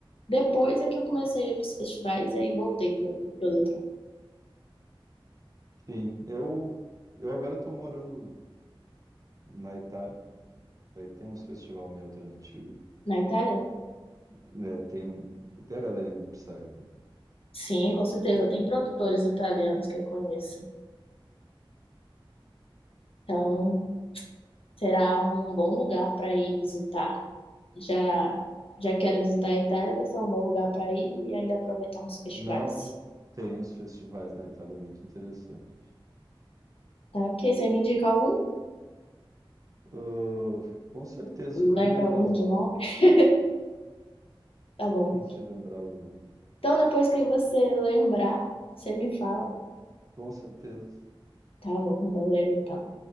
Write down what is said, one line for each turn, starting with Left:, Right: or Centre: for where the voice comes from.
Left: depois é que eu comecei a ir para os festivais, aí voltei para o eletrônico.
Right: Sim, eu, eu agora estou morando na Itália, daí tem uns festival meio alternativo,
Left: Na Itália?
Right: né, tem, um, tem a galerinha do Psy aqui.
Left: Sim, com certeza. Tem produtores italianos que eu conheço. Então, será um bom lugar para ir visitar. Já, já quero visitar a Itália, vai ser um bom lugar para ir e ainda aproveitar uns festivais.
Right: Não tem uns festivais na Itália muito interessantes.
Left: Tá? Ok, você me indica algum?
Right: Ah, com certeza,
Left: Lembra
Right: só tem que me lembrar
Left: algum
Right: os
Left: de
Right: nomes.
Left: nome? <laughs> Tá bom.
Right: Tem que lembrar os nomes.
Left: Então, depois que você lembrar, você me fala.
Right: Com certeza.
Left: Tá bom, valeu então.